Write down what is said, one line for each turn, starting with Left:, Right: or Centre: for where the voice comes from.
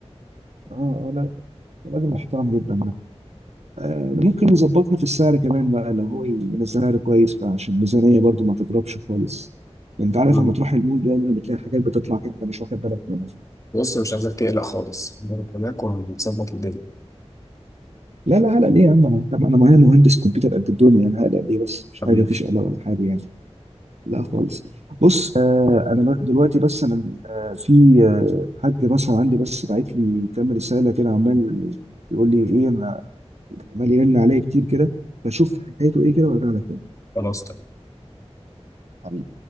Right: اه اه لا راجل محترم جدا آه، ده ممكن يظبطنا في السعر كمان بقى لو هو ينزلها لي كويس بقى عشان الميزانية برضو ما تضربش خالص انت عارف
Left: مم.
Right: لما تروح المول دايما بتلاقي حاجات بتطلع كده انت مش واخد بالك منها
Left: بص مش عايزك تقلق خالص هنروح هناك وهنظبط الدنيا
Right: لا لا هلا ليه يا عم انا طب انا معايا مهندس كمبيوتر قد الدنيا انا هلا ليه بس مش
Left: حبيبي
Right: حاجه مفيش قلق ولا حاجه يعني لا خالص بص آه انا ب- دلوقتي بس انا آه في آه حاج مثلا عندي بس بعت لي كام رساله كده عمال يقول لي ايه انا عمال يرن عليا كتير كده بشوف حكايته ايه كده وارجع لك تاني
Left: خلاص تمام
Right: حبيبي